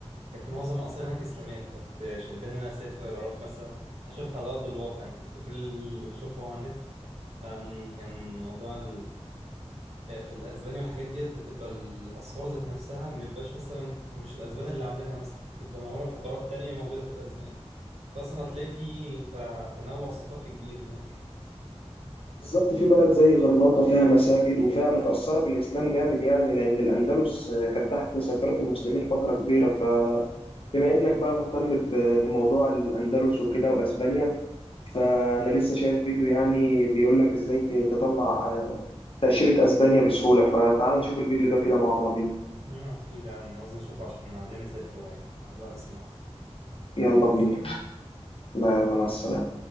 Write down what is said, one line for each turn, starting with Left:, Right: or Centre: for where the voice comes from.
Right: كانت معظم الاثار هناك اسلاميه فكانت شداني ان انا اسافر اروح مثلا اشوفها على ارض الواقع انا كنت كل اللي بشوفه هو على النت فكان موضوع ال... في الاسباني والحاجات ديت بتبقى الاسعار ذات نفسها مبيبقاش مثلا مش الاسبان اللي عاملينها مثلا بتبقى معموله بحضارات تانية موجوده في الاسبان فاصلا هتلاقي في تع- تنوع ثقافي كبير هناك
Left: بالظبط في بلد زي غرناطة فيها مساجد وفيها متأثرة بالإسلام جامد يعني لأن الأندلس كانت تحت سيطرة المسلمين فترة كبيرة فبما إنك بقى مهتم ب- بموضوع الأندلس وكده وأسبانيا فأنا لسه شايف فيديو يعني بيقول لك إزاي ت- تطلع تأشيرة أسبانيا بسهولة فتعال نشوف الفيديو ده كده مع بعضين
Right: أمم، أكيد هنعوز نشوفه عشان عايزين نسافر قريب الله نسمعه
Left: يلا
Right: الله
Left: بينا
Right: نسمع
Left: لا لا مع السلامة